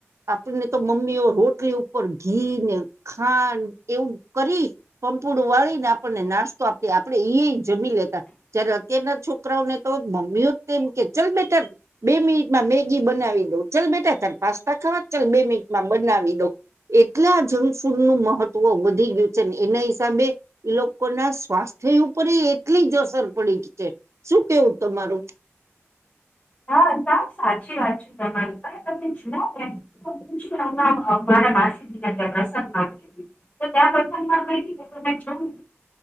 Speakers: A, on the right; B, on the left.
A: આપણને તો મમ્મીઓ રોટલી ઉપર ઘી ને ખાંડ એવું કરી. પમપુડું વાળી ને આપણને નાસ્તો આપીએ આપડે એ જમી લેતા. જ્યારે અત્યારના છોકરાઓને તો મમ્મીઓ જ તેમ કે ચલ બેટા બે મિનિટમાં મેગી બનાવી દઉં ચલ બેટા તારે પાસ્તા ખાવા ચલ બે મિનિટમાં બનાવી દઉં એટલા જંક ફૂડ નું મહત્વ વધી ગયું છે ને એના હિસાબે લોકો ના સ્વાસ્થ્ય ઉપર એટલી જ અસર પડી છે. શું કેવું તમારું?
B: હા કા સાચી વાત છે. તમારી પણ તમને જુઓને <unintelligible> મારા માસી દને પ્રસંગમાં તો ત્યાં <unintelligible> કઈ કે ત જોવું